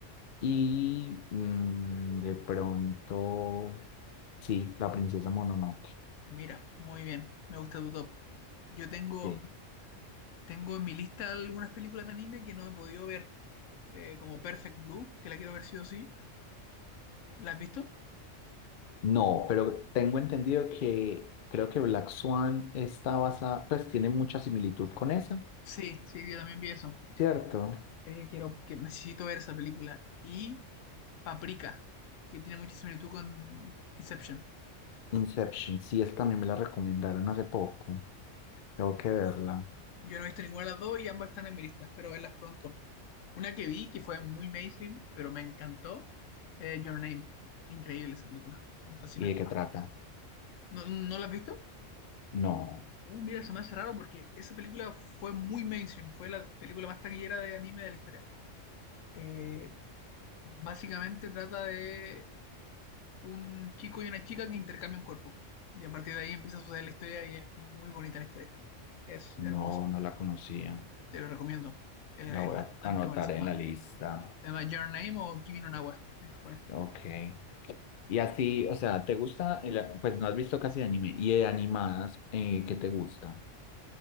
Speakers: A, on the left (about 55°); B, on the left (about 80°).
A: y mm, de pronto, sí, La princesa Mononoke.
B: Mira, muy bien. Me gusta tu top. Yo tengo,
A: Sí.
B: tengo en mi lista algunas películas de anime que no he podido ver. eh, como Perfect Blue, que la quiero ver sí o sí. ¿La has visto?
A: No, pero tengo entendido que creo que Black Swan está basada, pues tiene mucha similitud con esa,
B: Sí, sí, yo también vi eso.
A: ¿cierto?
B: Eh, quiero, que necesito ver esa película. Y Paprika, que tiene mucha similitud con Inception.
A: Inception, sí, esa también me la recomendaron hace poco. Tengo que verla.
B: Yo no he visto ninguna de las dos y ambas están en mi lista. Espero verlas pronto. Una que vi, que fue muy mainstream, pero me encantó, eh, Your Name. Increíble esa película. Me fascina.
A: ¿Y de qué trata?
B: ¿No, no la has visto?
A: No,
B: Uh, mira, se me hace raro porque esa película fue muy mainstream. Fue la película más taquillera de anime de la historia. Eh, Básicamente trata de un chico y una chica que intercambian cuerpos. Y a partir de ahí empieza a suceder la historia y es muy bonita la historia. Es hermosa.
A: no, no la conocía.
B: Te lo recomiendo. Eh,
A: La voy
B: es bastante
A: a anotar
B: buena. Se
A: en
B: llama,
A: la lista.
B: se llama Your Name o Kimi no Na wa en japonés.
A: Ok. Y así, o sea, ¿te gusta? el- pues no has visto casi anime. ¿Y de animadas, eh, qué te gusta?